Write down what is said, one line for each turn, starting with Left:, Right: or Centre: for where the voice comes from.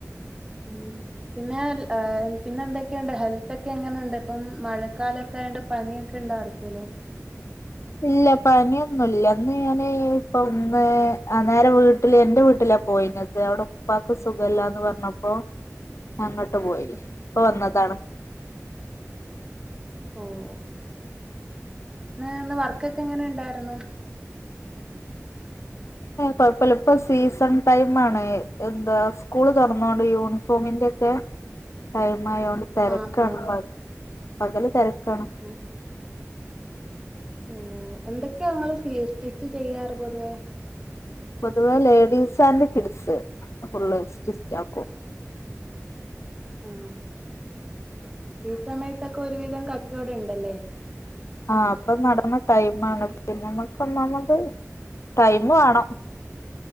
Right: <inaudible> പിന്നെ ഏഹ് പിന്നെ എന്തൊക്കെയുണ്ട് ഹെൽത്തൊക്കെ എങ്ങനെണ്ട് ഇപ്പം മഴക്കാലൊക്കെ ആയതോണ്ട് പനിയൊക്കെ ഉണ്ടോ ആർക്കേലും
Left: ഇല്ല പനിയൊന്നുംല്ലന്ന് ഞാന് ഇപ്പൊ ഒന്ന് നേരെ വീട്ടില് എന്റെ വീട്ടില് പോയിന്നത് അവിടെ ഉപ്പക്ക് സുഖല്ലാന്ന് പറഞ്ഞപ്പോ അങ്ങോട്ട് പോയി ഇപ്പ വന്നതാണ്
Right: ഓഹ് ന്ന് ന്ന് വർക്കൊക്കെ എങ്ങനെ ഇണ്ടായ്രുന്നു?
Left: കൊഴപ്പല്ലപ്പോ, സീസൺ ടൈം ആണ്. എന്താ, സ്കൂള് തൊറന്നോണ്ട് യൂണിഫോമിന്റെ ഒക്കെ ടൈം ആയോണ്ട് തെരക്കാണ്
Right: ആ ആ
Left: പ്പൊ പകല് തെരക്കാണ്.
Right: ഓ ഓ എന്തൊക്കെയാ ഇങ്ങള് സ്റ്റീ സ്റ്റിച്ച് ചെയ്യാറ് പൊതുവേ?
Left: പൊതുവേ ladies and kids full stitch ആക്കും.
Right: ആ ഈ സമയത്തൊക്കെ ഒരുവിധം കച്ചോടം ഉണ്ടല്ലേ?
Left: ആഹ് അപ്പൊ നടന്ന ടൈം ആണ്. പിന്നെ നമ്മുക്കൊന്നാമത് ടൈം വേണം.